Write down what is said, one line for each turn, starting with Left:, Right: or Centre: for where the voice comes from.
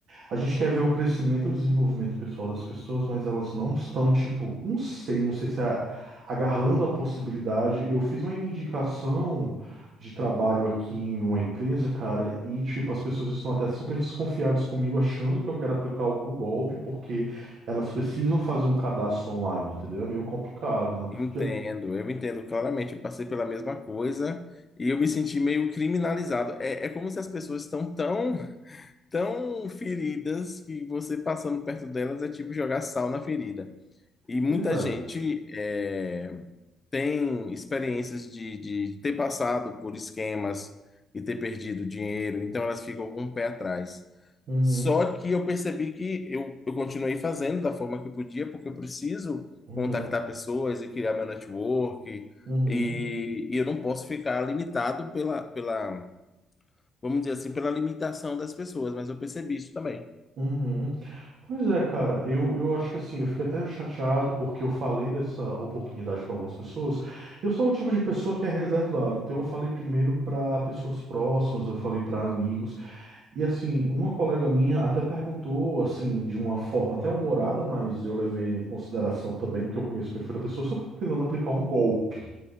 Right: A gente quer ver o crescimento e o desenvolvimento pessoal das pessoas, mas elas não estão, tipo, não sei, não sei se é agarrando a possibilidade. Eu fiz uma indicação. de trabalho aqui em uma empresa, cara, e tipo, as pessoas estão até super desconfiadas comigo, achando que eu quero aplicar algum golpe, porque elas precisam fazer um cadastro online, entendeu? É meio complicado.
Left: Entendo,
Right: Já-
Left: eu entendo claramente. Eu passei pela mesma coisa e eu me senti meio criminalizado. É, é como se as pessoas estão tão, tão feridas que você passando perto delas é tipo jogar sal na ferida. E muita
Right: Pois é.
Left: gente é, tem experiências de, de ter passado por esquemas e ter perdido dinheiro, então elas ficam com o pé atrás.
Right: Uhum,
Left: Só que eu percebi que eu, eu continuei fazendo da forma que eu podia, porque eu preciso
Right: uhum,
Left: contactar pessoas e criar meu network,
Right: uhum,
Left: e, e eu não posso ficar limitado pela, pela, vamos dizer assim, pela limitação das pessoas, mas eu percebi isso também.
Right: uhum. Pois é, cara, eu, eu acho que assim, eu fiquei até chateado porque eu falei dessa oportunidade para algumas pessoas. Eu sou o tipo de pessoa que é reservado, então eu falei primeiro para pessoas próximas, eu falei para amigos. E assim, uma colega minha até perguntou, assim, de uma forma até humorada, mas eu levei em consideração também, porque eu conheço o perfil da pessoa, se eu tava tentando aplicar um golpe.